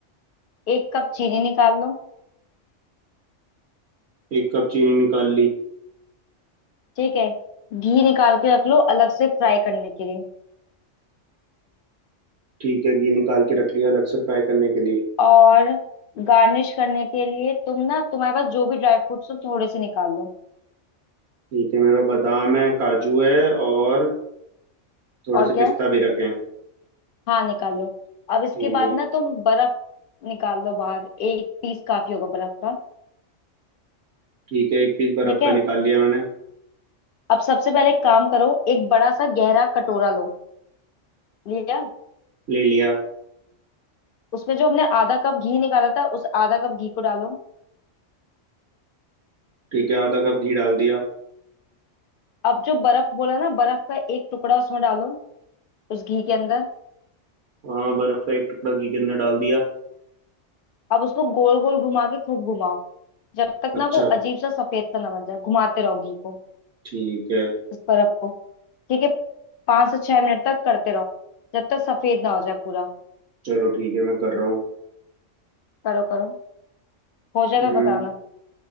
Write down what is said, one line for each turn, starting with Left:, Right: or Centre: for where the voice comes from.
Left: एक कप चीनी निकाल लो
Right: एक कप चीनी निकाल ली
Left: ठीक है घी निकाल के रख लो अलग से फ्राई करने के लिए
Right: ठीक है घी निकाल के रख लिया अलग से फ्राई करने के लिए
Left: और गार्निश करने के लिए तुम ना तुम्हारे पास जो भी ड्राई फ्रूट्स हो थोड़े से निकाल लो
Right: ठीक है मेरे पास बादाम है काजू है और थोड़े
Left: और
Right: से
Left: क्या
Right: पिस्ता
Left: है
Right: भी रखे हैं
Left: हाँ निकाल लो अब इसके
Right: ठीक
Left: बाद
Right: है
Left: ना तुम बर्फ निकाल लो बाहर एक पीस काफी होगा बर्फ का
Right: ठीक है एक पीस बर्फ
Left: ठीक है
Right: का निकाल लिया मैंने
Left: अब सबसे पहले एक काम करो एक बड़ा सा गहरा कटोरा लो लिया
Right: ले लिया
Left: उसमें जो हमने आधा कप घी निकाला था उस आधा कप घी को डालो
Right: ठीक है आधा कप घी डाल दिया
Left: अब जो बर्फ बोला ना बर्फ का एक टुकड़ा उसमें डालो उस घी के अंदर
Right: हाँ बर्फ का एक टुकड़ा घी के अंदर डाल दिया
Left: अब उसको गोल गोल घुमा के खूब घुमाओ जब तक
Right: अच्छा
Left: ना वो अजीब सा सफेद सा ना बन जाए घुमाते रहो घी को
Right: ठीक है
Left: इस बर्फ को ठीक है पांच से छह मिनट तक करते रहो जब तक सफेद ना हो जाए पूरा
Right: चलो ठीक है मैं कर रहा हूँ
Left: करो करो हो जाएगा
Right: हम्म
Left: बताना